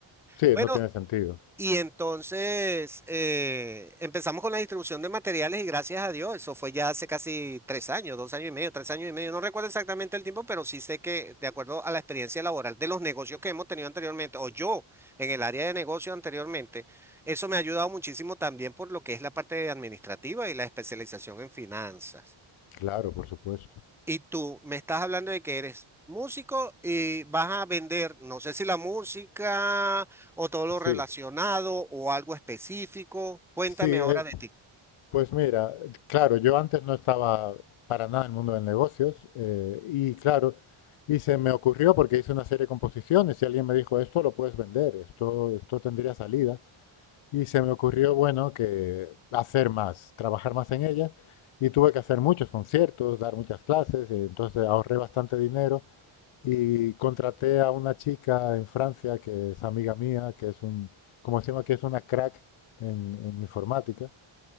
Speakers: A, on the left (about 80°); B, in the centre.
A: Sí,
B: Bueno,
A: no tiene sentido.
B: y entonces eh, empezamos con la distribución de materiales y gracias a Dios, eso fue ya hace casi tres años, dos años y medio, tres años y medio, no recuerdo exactamente el tiempo, pero sí sé que de acuerdo a la experiencia laboral de los negocios que hemos tenido anteriormente, o yo en el área de negocio anteriormente, eso me ha ayudado muchísimo también por lo que es la parte administrativa y la especialización en finanzas.
A: Claro, por supuesto.
B: Y tú me estás hablando de que eres músico y vas a vender, no sé si la música o todo lo
A: Sí,
B: relacionado o algo específico. Cuéntame
A: sí. eh,
B: ahora de ti.
A: pues mira, claro, yo antes no estaba para nada en el mundo de negocios eh, y claro, y se me ocurrió porque hice una serie de composiciones y alguien me dijo, esto lo puedes vender, esto, esto tendría salida. Y se me ocurrió, bueno, que hacer más, trabajar más en ella. Y tuve que hacer muchos conciertos, dar muchas clases, y entonces ahorré bastante dinero y contraté a una chica en Francia que es amiga mía, que es un, como decimos que es una crack en, en informática.